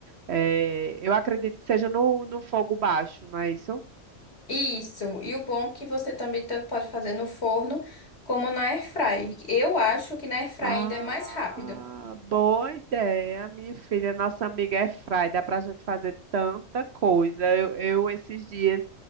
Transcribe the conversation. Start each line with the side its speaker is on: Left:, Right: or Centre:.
Right: é, eu acredito que seja no, no fogo baixo, não é isso?
Left: Isso. E o bom é que você também tanto pode fazer no forno como na airfry. Eu acho que na airfry
Right: Ah,
Left: ainda é mais rápido.
Right: boa ideia, minha filha. Nossa amiga é fry, dá pra gente fazer tanta coisa. Eu, eu, esses dias